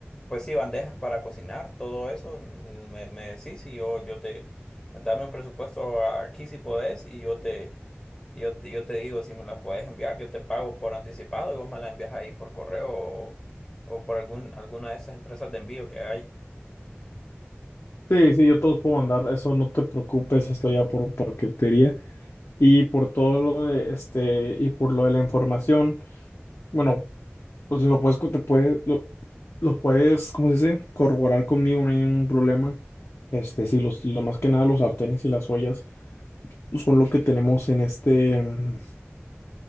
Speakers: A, on the left; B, on the left.
A: pues sí, bandejas para cocinar, todo eso, mm, me, me decís y yo, yo te, dame un presupuesto aquí si podés y yo te, yo te, yo te digo si me las podés enviar, yo te pago por anticipado y vos me las envías ahí por correo o, o por algún, alguna de esas empresas de envío que hay.
B: Sí, sí, yo te los puedo mandar, eso no te preocupes, esto ya por paquetería. Y por todo lo de este, y por lo de la información, bueno. Pues lo puedes, co- te puede- lo, lo puedes, ¿cómo se dice? Corroborar conmigo, no hay ningún problema. Este, sí, los, lo más que nada los sartenes y las ollas pues, son lo que tenemos en este, mm,